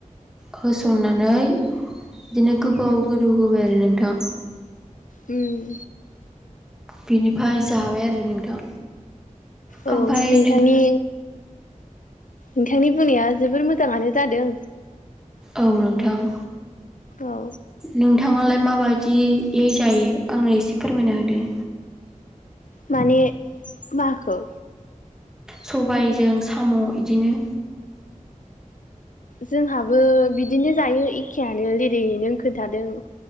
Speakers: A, in the centre; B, on the left.
A: होसननानै बिदिनो गोबाव गोदौ होबाय आरो नोंथां।
B: उम।
A: बिनिफ्राय जाबाय आरो नोंथां।
B: औ
A: ओमफ्राय
B: नोंथांनि।
A: नों
B: नोंथांनि बुंनाया जोबोर मोजाङानो जादों।
A: औ नोंथां।
B: औ
A: नोंथाङालाय माबायदियै जायो आंनो एसे फोरमायना होदो।
B: माने माखौ।
A: सबायजों साम' बिदिनो।
B: जोंहाबो बिदिनो जायो एखेयानो जेरैैनो खोन्थादों।